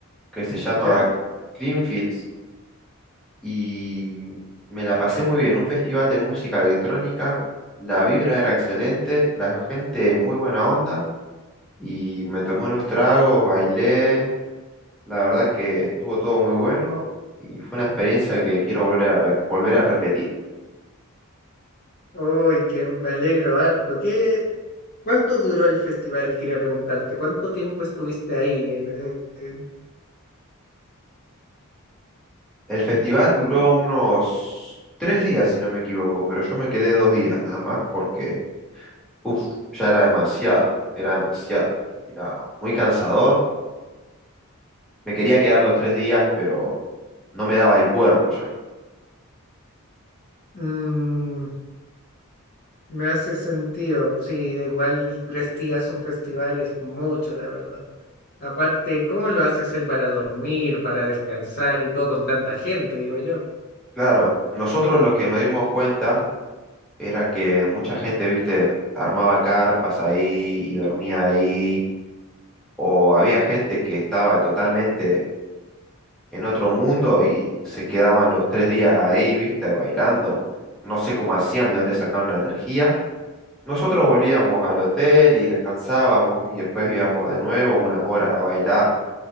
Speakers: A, in the centre; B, on the left (about 45°).
A: que se llama
B: ¿Ya?
A: Greenfields y me la pasé muy bien. Un festival de música electrónica, la vibra era excelente, la gente muy buena onda y me tomé unos tragos, bailé, la verdad que estuvo todo muy bueno y fue una experiencia que quiero volver a, re- volver a repetir.
B: Uy, que me alegro harto. ¿Qué, cuánto duró el festival? Quería preguntarte, ¿cuánto tiempo estuviste ahí? En, el- en-
A: El festival duró unos tres días, si no me equivoco, pero yo me quedé dos días nada más porque uf, ya era demasiado, era demasiado, era muy cansador. Me quería quedar los tres días, pero no me daba el cuerpo ya.
B: Mm, me hace sentido, sí, igual tres días un festival es mucho, la verdad. Aparte, ¿cómo lo haces ahí para dormir, para descansar y todo con tanta gente, digo yo?
A: Claro, nosotros lo que nos dimos cuenta era que mucha gente, viste, armaba carpas ahí y dormía ahí, o había gente que estaba totalmente en otro mundo y se quedaban los tres días ahí, viste, bailando. No sé cómo hacían, de dónde sacaban la energía. Nosotros volvíamos al hotel y descansábamos y después íbamos de nuevo unas horas a bailar.